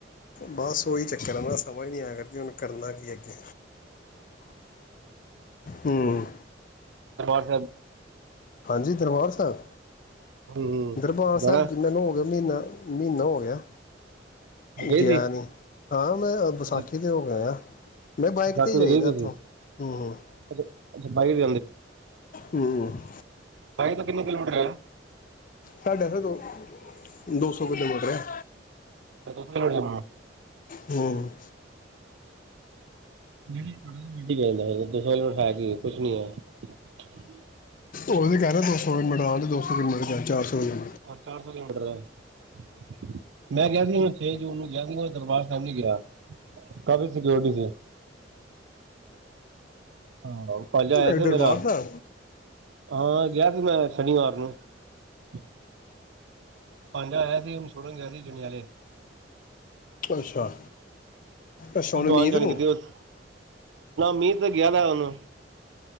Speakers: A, on the left; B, on the right.
A: ਬਸ ਉਹੀ ਚੱਕਰ ਹੈ ਨਾ ਸਮਝ ਨਹੀਂ ਆਇਆ ਕਰਦੀ, ਹੁਣ ਕਰਨਾ ਕੀ ਅੱਗੇ। ਹੂ
B: ਬੱਸ
A: ਹਾਂਜੀ ਦਰਬਾਰ ਸਾਹਿਬ।
B: ਹੂੰ ਹੂੰ
A: ਦਰਬਾਰ ਸਾਹਿਬ
B: ਜਾਣਾ
A: ਜੀ ਮੈਨੂੰ ਹੋ ਗਿਆ ਮਹੀਨਾ ਮਹੀਨਾ ਹੋ ਗਿਆ।
B: ਗਏ
A: ਗਿਆ
B: ਸੀ
A: ਨੀ ਹਾਂ ਮੈਂ ਵਿਸਾਖੀ
B: ਅੱਛਾ
A: ਤੇ ਹੋ ਆਇਆ। ਮੈਂ ਬਾਈਕ
B: ਕਾਕੇ
A: ਤੇ ਜਾਈਦਾ
B: ਦੇ ਗਏ ਤੁਸੀਂ
A: ਉੱਥੋਂ ਹੂੰ ਹੂੰ
B: ਅੱਛਾ ਅੱਛਾ ਬਾਈਕ ਤੇ
A: ਹੂੰ
B: ਬਾਈਕ ਤੇ ਕਿੰਨੇ ਕਿਲੋਮੀਟਰ ਐ
A: ਸਾਡਾ ਫਿਰ ਦੋ ਦੋ ਸੌ ਕਿਲੋਮੀਟਰ ਹੈ
B: <inaudible>
A: ਹੂੰ
B: <unintelligible> ਕੁਛ ਨੀ ਹੋਇਆ
A: ਓਹੀ ਕਹਿ ਰਿਹਾ ਦੋ ਸੌ <unintelligible> ਦੋ ਸੌ <unintelligible> ਚਾਰ ਸੌ ਕਿਟ
B: ਚਾਰ ਸੌ ਕਿਲੋਮੀਟਰ ਮੈਂ ਗਿਆ ਸੀ ਸੀ ਛੇ ਜੂਨ ਨੂੰ ਗਿਆ ਸੀ ਦਰਬਾਰ ਸਾਹਿਬ ਨੀ ਗਿਆ ਕਾਫੀ ਸਿਓਰਟੀ ਸੀ ਹਾਂ ਬੋ ਭਾਣਜਾ ਆਇਆ
A: ਇਧਰ
B: ਸੀ ਮੇਰਾ
A: ਬਾਹਰ ਦਾ
B: ਹਾਂ ਗਿਆ ਸੀ ਮੈਂ ਸ਼ਨੀਵਾਰ ਮਾਰ ਨੂੰ ਭਾਣਜਾ ਆਇਆ ਸੀ ਉਹਨੂੰ ਛੋੜਨ ਗਿਆ ਸੀ ਜਨਿਆਲੇ
A: ਅੱਛਾ ਅੱਛਾ ਉਹਨੇ
B: ਆਣ
A: ਮੀਤ
B: ਜਾਣ
A: ਨੂੰ
B: ਕੀਤੀ ਬੱਸ ਮੀਤ ਤੇ ਗਿਆ ਦਾ ਉਹਨੂੰ